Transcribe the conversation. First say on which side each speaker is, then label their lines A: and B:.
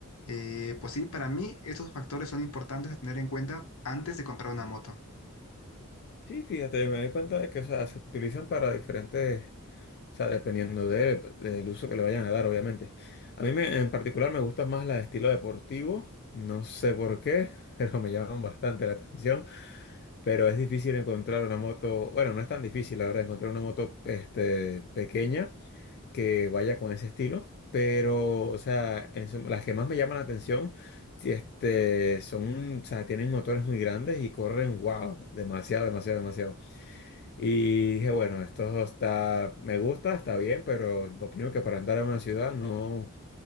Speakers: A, on the left; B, on the left.
A: Eh, pues sí, para mí esos factores son importantes a tener en cuenta antes de comprar una moto.
B: Sí, fíjate, me doy cuenta de que, o sea, se utilizan para diferentes, o sea, dependiendo de- del uso que le vayan a dar, obviamente. A mí me- en particular me gusta más la de estilo deportivo, no sé por qué, <laughs> pero me llaman bastante la atención. Pero es difícil encontrar una moto, bueno, no es tan difícil, la verdad, encontrar una moto este, pequeña que vaya con ese estilo. Pero, o sea, en suma, las que más me llaman la atención, si, este, son, o sea, tienen motores muy grandes y corren, wow, demasiado, demasiado, demasiado. Y dije, bueno, esto está, me gusta, está bien, pero opino que para andar a una ciudad no,